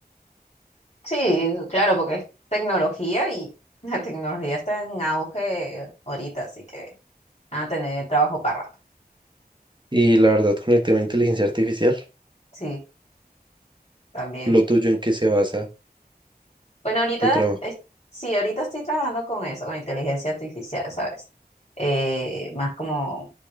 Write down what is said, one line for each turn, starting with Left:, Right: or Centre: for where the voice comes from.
Left: Sí, claro, porque es tecnología y la tecnología está en auge ahorita, así que van a tener trabajo para rato.
Right: Y la verdad, con el tema de inteligencia artificial,
Left: Sí, también.
Right: lo tuyo en qué se basa
Left: Bueno, ahorita,
Right: tu trabajo.
Left: es- sí, ahorita estoy trabajando con eso, con inteligencia artificial, ¿sabes? Eh, más como